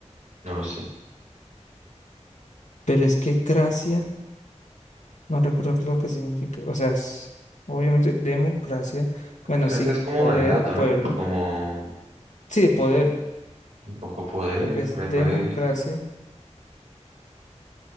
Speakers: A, on the right; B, on the left.
A: no lo sé.
B: Pero es que cracia, no recuerdo qué es lo que significa. O sea, es- obviamente democracia. Bueno,
A: Gracias
B: sí,
A: como
B: poder,
A: mandato,
B: pueblo.
A: ¿no? Como
B: Sí, poder.
A: un poco poder,
B: lo que es
A: por ahí puede
B: democracia,
A: ir.